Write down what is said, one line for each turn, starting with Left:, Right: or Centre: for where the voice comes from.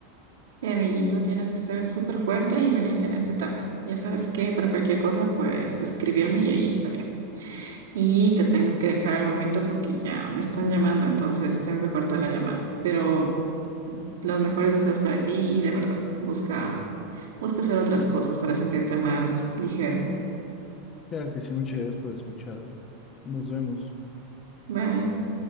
Right: Sí, amiguito, tienes que ser súper fuerte y valiente en esta etapa. Ya sabes que para cualquier cosa, pues escribirme y ahí estaré. Y te tengo que dejar al momento porque ya me están llamando, entonces tengo que cortar la llamada. Pero los mejores deseos para ti y de verdad, busca, busca hacer otras cosas para sentirte más ligero.
Left: Claro que sí, muchas gracias por escucharme. Nos vemos.
Right: Bye.